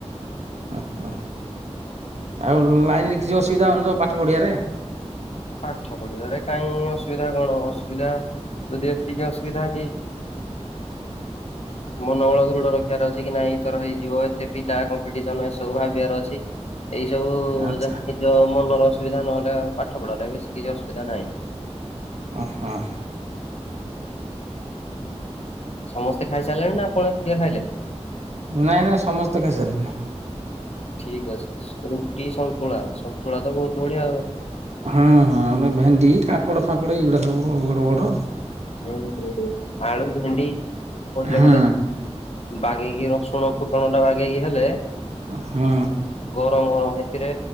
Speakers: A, on the right; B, on the left.
A: ଓହୋ ଆଉ ଲାଇନି କିଛି ଅସୁବିଧା ହୋଉନିତ ପାଠ ପଢ଼ିବାରେ।
B: ପାଠ ପଢିବାରେ କାଇଁ ଅସୁବିଧା କଣ ଅସୁବିଧା ଯଦି ଏତିକି ଅସୁବିଧା କି ମନମଳ ଦୃଡ ରଖିବାର ଅଛି କି ନାଇଁ ଏଇଥର ହେଇଯିବ ଏତେ ପିଲା କମ୍ପିଟିସନ ଏ ସବୁ ଭାବିବାର ଅଛି। <inaudible> ଏଇ ସବୁ
A: ଆଚ୍ଛା
B: ଯାହା ନିଜ ମନର ଅସୁବିଧା ନହେଲେ ଆଉ ପାଠ ପଢାରେ ବେଶୀ କିଛି ଅସୁବିଧା ନାହିଁ।
A: ଅହ ହଁ।
B: ସମସ୍ତେ ଖାଇ ସାରିଲେଣି ନା ଆପଣ ଏକୁଟିଆ ଖାଇଲେ।
A: ନାଇଁ ନାଇଁ ସମସ୍ତେ ଖାଇସାରିଲଣିି।
B: ଠିକ ଅଛି ରୁଟି ସନ୍ତୁଳା ସନ୍ତୁଳା ତ ବହୁତ ବଢିଆ।
A: ହଁ ହଁ ଭେଣ୍ଡି କାକଡ ଫାକଡ ଏଇଗୁଡା ସବୁ ବଡ ବଡ।
B: <unintelligible>
A: ହୁଁ
B: ବାଗେଇକି ରସୁଣ ଫୁଟଣ ଟା ବାଗେଇକି ହେଲେ।
A: ହୁଁ
B: ଗରମ ଗରମ ସେଥିରେ